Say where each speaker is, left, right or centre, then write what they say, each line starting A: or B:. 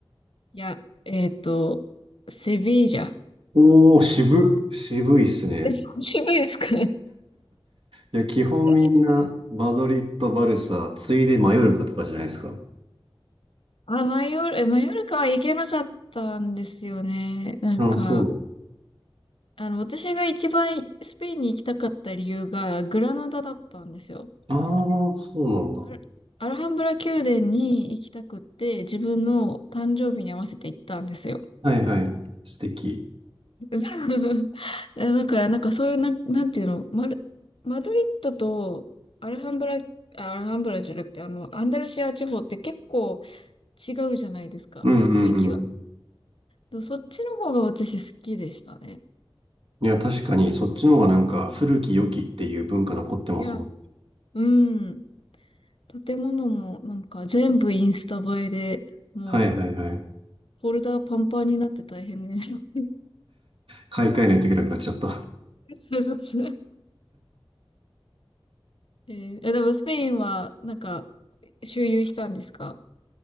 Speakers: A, on the left (about 65°); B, on the right (about 65°).
A: いや、えっと、セビージャ。
B: おー、渋っ。渋いっすね。
A: え、渋いですか
B: いや、基本みんな、
A: <laughs>
B: バドリッド、バルサ、ついでマヨルカとかじゃないですか。
A: あ、マヨル、えマヨルカは行けなかったんですよね。なんか、
B: ああ、そうなんだ。
A: あの、私が一番スペインに行きたかった理由がグラナダだったんですよ。
B: ああ、そうな
A: アルアルハンブラ宮殿に行きたくって、自分の誕生日に合わせて行ったんですよ。
B: んだ。はいはい。素敵。
A: <laughs> だから、なんかそういう、なん、なんていうの、マル、マドリッドとアルハンブラ、あアルハンブラじゃなくて、あの、アンダルシア地方って結構、違うじゃないですか、
B: うんうんうん。
A: 雰囲気が。だそっちの方が私好きでしたね。
B: いや、確かに、そっちの方がなんか、古き良きっていう文化残ってますもん。
A: いや、うん。建物もなんか全部インスタ映えで、もう
B: はいはいはい。
A: フォルダーパンパンになって大変でした。<laughs>
B: 買い替えないといけなくなっちゃった。
A: そうそうそう。<laughs> えーえでもスペインはなんか周遊したんですか